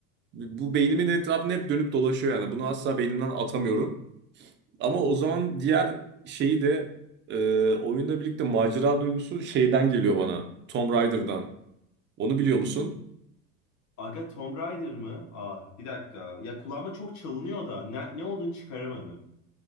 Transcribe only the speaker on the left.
Aga Tomb Raider mı? Ah bir dakika. Ya kulağıma çok çalınıyor da ne, ne olduğunu çıkaramadım.